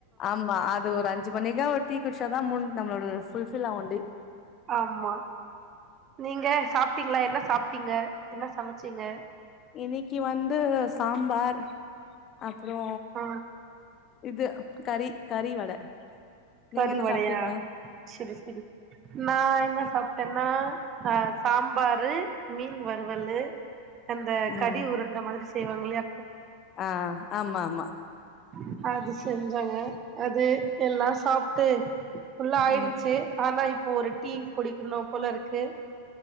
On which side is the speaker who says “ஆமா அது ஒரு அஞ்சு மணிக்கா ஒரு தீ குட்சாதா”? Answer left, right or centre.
Left